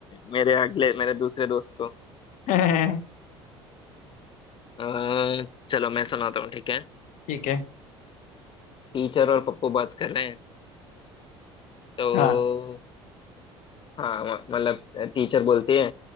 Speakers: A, on the left (about 35°); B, on the left (about 65°).
A: मेरे अगले मेरे दूसरे दोस्त को
B: <laughs>
A: अ, चलो मैं सुनाता हूँ ठीक है
B: ठीक है
A: टीचर और पप्पू बात कर रहे हैं तो
B: हाँ
A: हाँ म- मतलब टीचर बोलती है